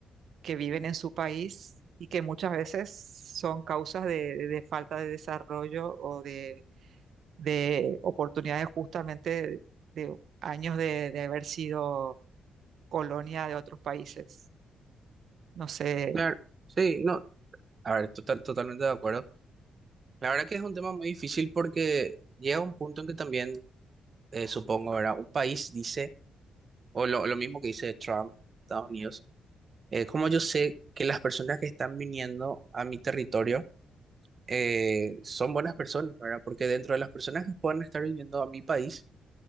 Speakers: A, on the right; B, on the right.
A: que viven en su país y que muchas veces son causas de, de falta de desarrollo o de, de oportunidades justamente de años de, de haber sido colonia de otros países. No sé.
B: Claro, sí, no, a ver, total, totalmente de acuerdo. La verdad que es un tema muy difícil porque llega un punto en que también, eh, supongo, ¿verdad? Un país dice... o lo, lo mismo que dice Trump, Estados Unidos, eh, como yo sé que las personas que están viniendo a mi territorio eh, son buenas personas, ¿verdad? Porque dentro de las personas que pueden estar viniendo a mi país,